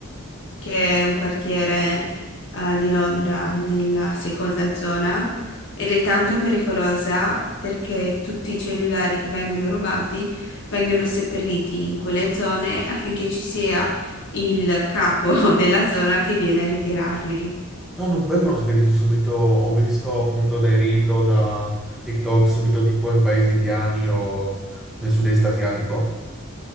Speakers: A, on the left; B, in the centre.
A: che è un quartiere eh, di Londra nella seconda zona ed è tanto pericolosa perché tutti i cellulari che vengono rubati vengono seppelliti in quelle zone affinché ci sia il capo <laughs> della zona che viene a ritirarli.
B: Ah, non vengono spediti subito, ho visto appunto dai reel o da TikTok subito tipo in paesi indiani o nel sud-est asiatico.